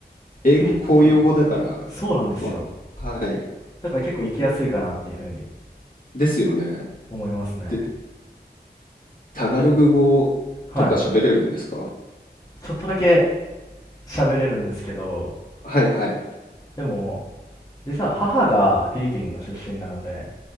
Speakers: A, on the left (about 55°); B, on the left (about 20°).
A: 英語公用語だから、
B: フィリピンは、そうなんですよ。
A: わ、はい。
B: だから結構行きやすいかなっていうふうに
A: ですよね。
B: 思いますね。
A: で、タガログ語とか喋れるんですか
B: で、はい。ちょっとだけ喋れるんですけど、
A: はいはい。
B: でも、実は母がフィリピンの出身なので、